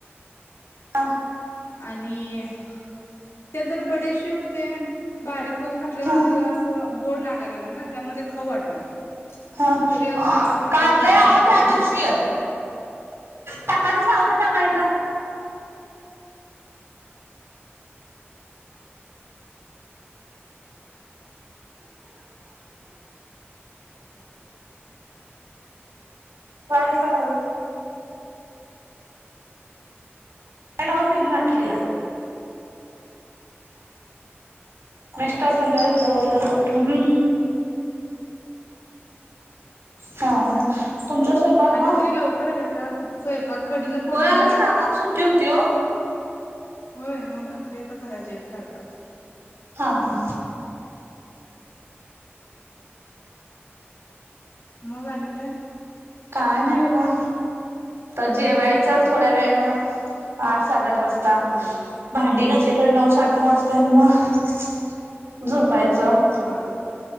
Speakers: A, on the right; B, on the left.
A: हा
B: आणि? ते जर बडे शवपते बारीक घल्या
A: हा
B: गड ला गलाल ना त्यामुळे ते खाऊ वाटना
A: हा
B: तरी आमच्या मामाने
A: काढलंय
B: तेन खाऊन
A: आह
B: संपवलं
A: त्या दिवशी
B: भाकरी संग
A: टाकाचच आवत टाकायच वायला टॉपिन घातली मेस्टर म्हणलं वरलं लो म्हणून हा तुमच्या स्वयंपाक
B: आणि
A: म
B: तो <unintelligible> फोडणी
A: होय आज
B: दिल्या
A: काम सुट्टी होती हो.
B: होय मग भा. शुक्रिता करायची एक चार पाच.
A: हा हा
B: मग आणि काय?
A: का नाही बघा. तर जेवायचं
B: हा हा
A: थोड्या वेळनें. ह. साडेआठ वाजता
B: हा
A: भांडी घास. तेेपर् नऊ साडे नऊ वाजता आणि मग झोपायचं
B: वाटते हा